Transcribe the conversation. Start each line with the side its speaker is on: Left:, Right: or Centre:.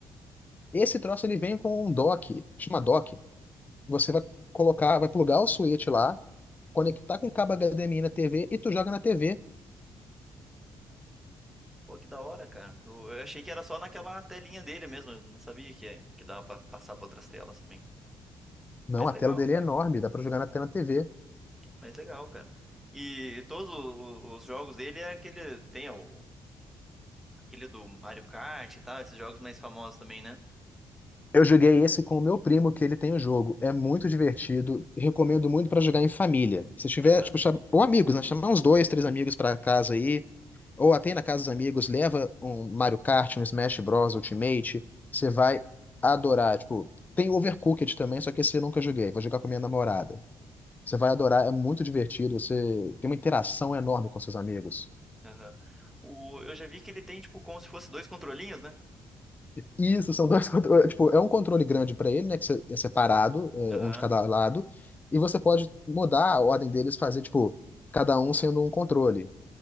Left: Esse troço ele vem com um dock, chama dock, Você vai colocar, vai plugar o switch lá, conectar com o cabo HDMI na TV e tu joga na TV.
Centre: Pô, que da hora, cara. Eu eu achei que era só naquela telinha dele mesmo, eu não sabia que, é- que dava pra passar pra outras telas também.
Left: Não,
Centre: Mas
Left: a
Centre: legal,
Left: tela dele
Centre: cara.
Left: é enorme, dá pra jogar na tela na TV.
Centre: Mas legal, cara. E todos o- o- os jogos dele é aquele. Tem o Aquele do Mario Kart e tal, esses jogos mais famosos também, né?
Left: Eu joguei esse com o meu primo, que ele tem o jogo. É muito divertido. Recomendo muito pra jogar em família. Se tiver,
Centre: Aham,
Left: tipo, chama... ou amigos, né? Chamar uns dois, três amigos pra casa aí. Ou até ir na casa dos amigos, leva um Mario Kart, um Smash Bros. Ultimate. Você vai adorar. Tipo, tem Overcooked também, só que esse eu nunca joguei. Vou jogar com a minha namorada. Você vai adorar, é muito divertido, você tem uma interação enorme com seus amigos.
Centre: aham. O, eu já vi que ele tem, tipo, como se fosse dois controlinhos, né?
Left: Isso, são dois <laughs> controles. Tipo, é um controle grande para ele, né? Que você- é separado, é,
Centre: Aham,
Left: um de cada lado. E você pode mudar a ordem deles, fazer, tipo, cada um sendo um controle.